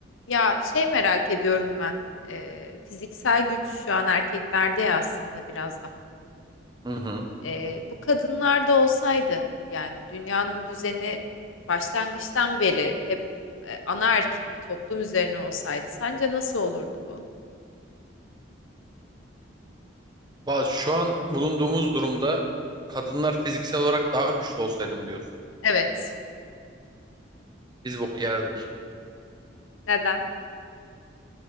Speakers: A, on the left; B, on the right.
A: Ya şey merak ediyorum ben. Ee, fiziksel güç şu an erkeklerde ya aslında biraz daha.
B: Hı hı.
A: Ee, bu kadınlarda olsaydı yani dünyanın düzeni başlangıçtan beri hep e, anaerkil bir toplum üzerine olsaydı sence nasıl olurdu bu?
B: Valla şu an bulunduğumuz durumda kadınlar fiziksel olarak daha güçlü olsaydı mı diyorsun?
A: Evet.
B: Biz bok yerdik.
A: Neden?